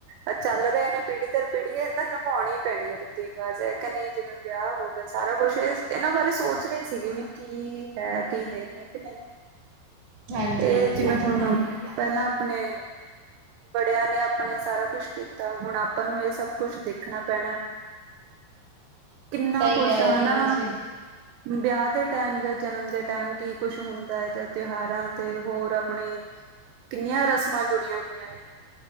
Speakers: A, on the right; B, on the right.
A: ਐ ਚਲ ਰੇ ਨੇ ਪੀੜੀ ਦਰ ਪੀੜੀ ਏ ਤਾ ਨਿਭਾਉਣੀ ਈ ਪੈਣੀ ਐ ਰੀਤੀ ਰਿਵਾਜ਼ ਹੈ ਕੇ ਨੀ। ਜਿਵੇਂ ਵੇਆ ਹੋ ਗੇਆ ਸਾਰਾ ਕੁੱਛ ਏ ਏਨਾਂ ਬਾਰੇ ਸੋਚ ਰਈ ਸੀਗੀ ਵੀ। ਕੀ ਹੈ ਕੀ ਨਈ ਹੈ ਕਿ ਨਈ।
B: ਹਾਂਜੀ-ਹਾਂਜੀ-ਹਾਂਜੀ।
A: ਏ ਜਿਵੇਂ ਹੁਨ ਪੇਲਾਂ ਅਪਣੇ ਵਡੇਆਂ ਨੇ ਅਪਣੇ ਸਾਰਾ ਕੁਛ ਕੀਤਾ ਹੁਨ ਆਪਾਂ ਨੂੰ ਏ ਸਭ ਕੁਛ ਦੇਖਣਾ ਪੈਣਾ। ਕਿੰਨਾ
B: ਸਹੀ
A: ਕੁਸ਼
B: ਕਹਿ
A: ਹਨਾ।
B: ਰਹੇ ਹੋ ਤੁਸੀਂ
A: ਬੇਆ ਦੇ ਟੈਮ ਜਾਂ ਜਨਮ ਦੇ ਟੈਮ ਕੀ ਕੁਛ ਹੁੰਦਾ ਐ ਤੇ ਤੇਓਹਾਰਾਂ ਤੇ ਹੋਰ ਅਪਣੇ। ਕਿੰਨੀਆਂ ਰਸਮਾਂ ਜੁੜੀਆਂ ਹੋਈਆਂ ਨੇ।